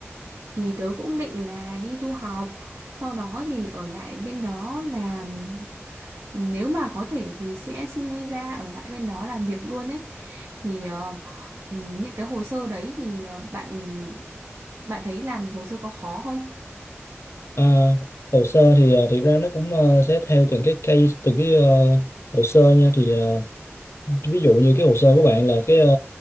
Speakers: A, on the right (about 75°); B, on the left (about 70°).
A: thì tớ cũng định là đi du học, sau đó thì ở lại bên đó làm nếu mà có thể thì sẽ xin visa ở lại bên đó làm việc luôn ấy thì ờ, ừm, những cái hồ sơ đấy thì ờ, bạn bạn thấy làm hồ sơ có khó không?
B: Ờ, hồ sơ thì ờ, thiệt ra nó cũng ờ, sẽ theo từng cái case, từng cái ờ, hồ sơ nha, thì ờ, ví dụ như cái hồ sơ của bạn là cái ờ,